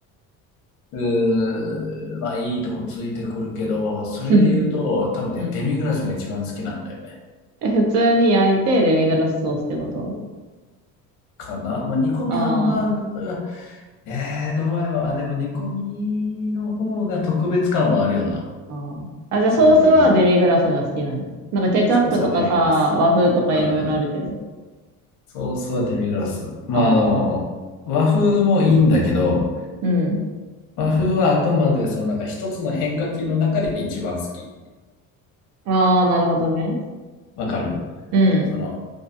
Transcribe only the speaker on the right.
<laughs>
うん。
え、普通に焼いてデミグラスソースってこと
あ
あ、ああ。あ、じゃあソースはデミグラスが好きなんや。
なんかケチャップとかさ、
和風とかいろいろあるけど。
ああ、
うん。
ああ、なるほどね。
うん、